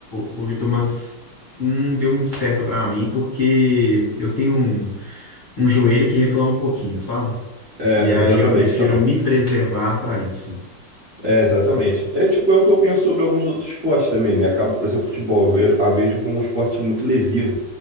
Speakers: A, on the left (about 50°); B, on the right (about 45°).
A: o, o Vitor, mas não deu muito certo pra mim, porque eu tenho um, um joelho que reclama um pouquinho, sabe?
B: É,
A: E aí
B: exatamente.
A: eu prefiro
B: Então,
A: me preservar pra isso,
B: é, exatamente.
A: sabe?
B: É tipo, é o que eu penso sobre alguns outros esportes também, né? Acaba, por exemplo, futebol, eu vejo- a vejo como um esporte muito lesivo.